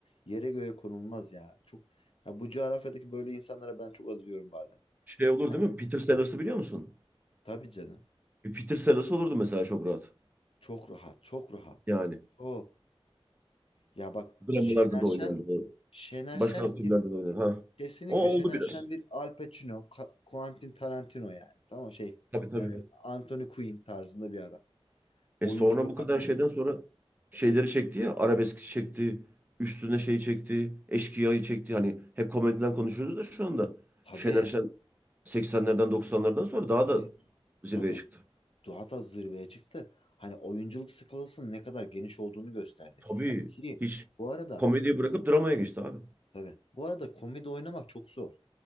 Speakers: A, on the left; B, on the right.
A: yere göğe konulmaz ya. Çok ya bu coğrafyadaki böyle insanlara ben çok azıyorum bazen.
B: Şey olur
A: Hani,
B: değil mi? Peter Sellers'ı biliyor musun?
A: tabii canım.
B: Bir Peter Sellers olurdu mesela çok rahat.
A: Çok rahat, çok rahat.
B: Yani
A: Çok. Ya bak
B: dramalarda
A: Şener
B: da
A: Şen
B: oynardı.
A: Şener
B: Başka
A: Şen
B: türlerde
A: bir
B: de oynar. Ha.
A: kesinlikle
B: O oldu
A: Şener
B: biraz.
A: Şen bir Al Pacino, Ka- Quentin Tarantino yani. Tamam şey
B: Tabii tabii.
A: e, Anthony Quinn tarzında bir adam.
B: E
A: Oyunculuk
B: sonra bu kadar
A: anlamında.
B: şeyden sonra şeyleri çekti ya. Arabesk çekti. Üstüne şey çekti. Eşkıya'yı çekti. Hani hep komediden konuşuyoruz da şu anda.
A: Tabii.
B: Şener Şen 80'lerden 90'lardan sonra daha
A: Hayır.
B: da zirveye
A: Tabii.
B: çıktı.
A: daha da zirveye çıktı. Hani oyunculuk skalasının ne kadar geniş olduğunu gösterdi.
B: Tabii.
A: Ki
B: Hiç
A: bu arada
B: komediyi bırakıp dramaya geçti abi.
A: tabii bu arada komedi oynamak çok zor.